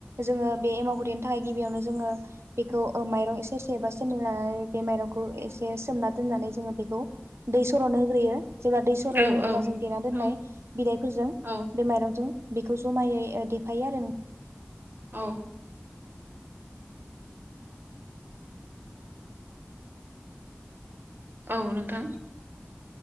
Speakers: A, on the right; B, on the right.
A: जोङो बे एमावगुरिनि थाखाय गिबियावनो जोङो बेखौ ओ माइरं इसे सेबा सेरनै लानानै बे माइरंखौ एसे सोमना दोननानै जोङो बेखौ दै सर'नो होग्रोयो जेब्ला दै सरहयो
B: औ
A: अब्ला
B: औ
A: जों देना दोननाय
B: औ
A: बिलाइफोरजों
B: औ
A: बे माइरंजों बेखौ जमायै ओ देफायो आरो नों
B: औ औ नोंथां